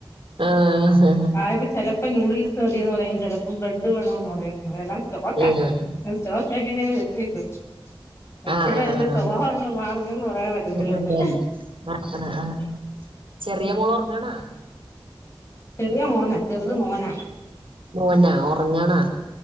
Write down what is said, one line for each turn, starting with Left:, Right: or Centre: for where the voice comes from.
Right: ആഹ്
Left: ആക്ക് ചെ ഇപ്പൊ നൂഡിൽസ് മതിന്ന് പറയും ചിലപ്പോം ബ്രെഡ് വേണന്ന് പറയും വണം സ്റ്റോക്കാ
Right: ആഹ്
Left: സ്റ്റോ അെ നിങ്ങൾ എച്ചു എപ്പഴും
Right: ആഹ്
Left: അതിന്റെ
Right: ആഹ്
Left: സ്വഭാവങ്ങൾ മാറുന്നുന്ന് പറയാൻ പറ്റത്തില്ലല്ലേ
Right: അതന്നെ ആഹ് ആഹ് ആഹ് ചെറിയ മോള ഉറങ്ങണാ
Left: ചെറിയ മോനാ ചെറുത് മോനാണ്
Right: മോനാ ഉറങ്ങേണ്